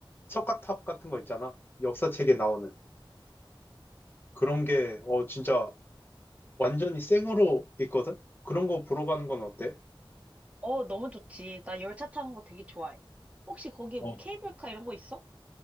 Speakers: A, on the left (about 25°); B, on the right (about 15°).
A: 석가탑 같은 거 있잖아. 역사책에 나오는 그런 게 어, 진짜 완전히 생으로 있거든. 그런 거 보러 가는 건 어때?
B: 어, 너무 좋지. 나 열차 타는 거 되게 좋아해. 혹시 거기에
A: 어,
B: 뭐 케이블카 이런 거 있어?